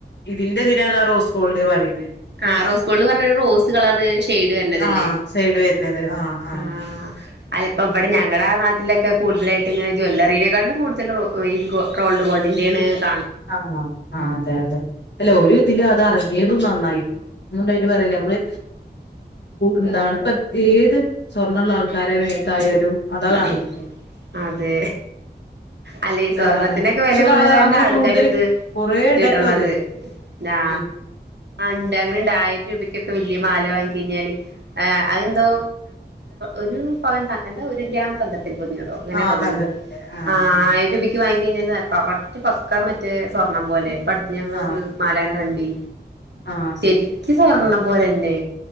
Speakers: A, on the left (about 80°); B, on the right (about 75°).
A: ഇതിന്റെ ഇതിനാണ് ആ റോസ് ഗോൾഡ് പറയുന്നത്
B: ആ റോസ് ഗോൾഡ് പറഞ്ഞരു റോസ് കളർ ഷെയ്ഡ് വരണതല്ലേ
A: ആഹ് സൈഡ് വരുന്നത് ആഹ് ആഹ്
B: ആ അതിപ്പോൾ ഇവിടെ ഞങ്ങളുടെ ആ നാട്ടിലൊക്കെ കൂടുതലായിട്ട് ഇങ്ങെന ജ്വവല്ലലറിനെക്കാളു കൂടുതൽ ഈ റോൾഡ് ഗോൾഡിൻ്റെണ് കാണുന്നത്
A: ആഹ ആ് അതെ അതെ അല്ല ഒരു ഇതിലും അത് അറങ്ങിയതും നന്നായിോ ഒന്നുംണ്ടായിട്ട് പറയല്ലേ നമ്മള് എന്താണ് ഇപ്പ ഏത് സ്വർണ്ണമുള്ള ആൾക്കാരെ മേത്തായാലും അതാ
B: മതി
A: കാണിക്ക
B: അതെ അല്ലെ ഈ സ്വർണത്തിനൊക്കെ
A: അതാണ് പക്ഷെ
B: വെലകൂടുകാർഞ്ഞ
A: കള അങ്ങനെ
B: ആൾക്കാര്
A: കൂടുതൽ
B: ഇത്
A: കൊറേ ഇടട്ടോ
B: ഇടണത്
A: അത്
B: ആ
A: ഉം
B: ആണ്ട് അങ്ങനെണ്ടായി രൂപയ്ക്കൊക്കേ വെല്ല്യെ മാല വാങ്ങി കഴിഞ്ഞാല് ആ അതെന്തോ ഒരു പവ എന്താ ഒരു ഗ്രാം തങ്ക ത്തി പൊതിഞ്ഞതോ അങ്ങനെ
A: ആ
B: തോന്നണ്
A: തങ്കത്തിന്റെ ആ
B: ആയ്രം
A: ആ
B: രൂപക്ക് വാ കഴിഞ്ഞൽ കറക്റ്റ് പക്കാ മറ്റേ സ്വർണം പോല്ലേ അടുത്ത് ഞങ്ങളൊരു
A: ആ
B: മാലാങ്ങന കണ്ടി
A: ആ
B: ശരിക്കും സ്വർണ്ണം പോലെ ദേ